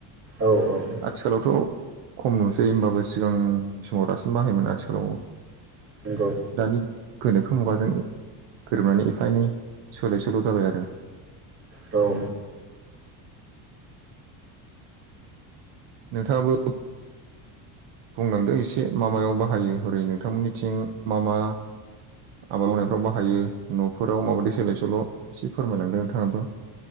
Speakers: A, on the right; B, on the right.
A: औ औ
B: आथिखालावथ' खम नुसै ओमबाबो सिगां समाव रासिन बाहायोमोन आथिखालाव
A: नंगौ
B: दानि गोनोखो मुगाजों गोरोबनानै एफा एनै सोलाय सोल' जाबाय आरो
A: औ
B: नोंथाङाबो बुंलांदो एसे मामायाव बाहायो ओरै नोंथांमोननिथिं मा मा आबाद मावनायफ्राव बाहायो न'फोराव माबायदि सोलाय सोल' एसे फोरमायलांदों नोंथाङाबो